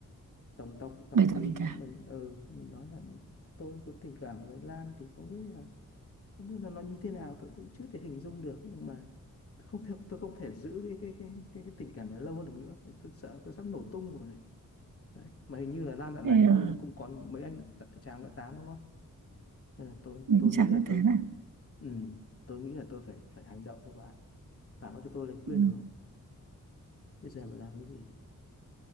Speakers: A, on the left; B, on the right.
A: tổng tộc tộc
B: bày tỏ
A: đến
B: tình cảm
A: xong mình ừ mình nói là tôi có tình cảm với Lan thì không biết là không biết là nó như thế nào tôi cũng chưa thể hình dung được nhưng mà không thể tôi không thể giữ cái cái cái cái, cái tình cảm này lâu hơn được nữa Đấy, tôi sợ tôi sắp nổ tung rồi này đấy mà hình như là Lan dạo
B: thế
A: này hình
B: ờ,
A: như là cũng có mấy anh t- chàng đã tán đúng không nên là tôi
B: mình
A: tôi
B: cũng chẳng
A: nghĩ là
B: biết thế
A: tôi
B: nào
A: ừ, tôi nghĩ là tôi phải phải hành động các bạn bạn có cho tôi lời khuyên
B: ừ.
A: được không bây giờ phải làm cái gì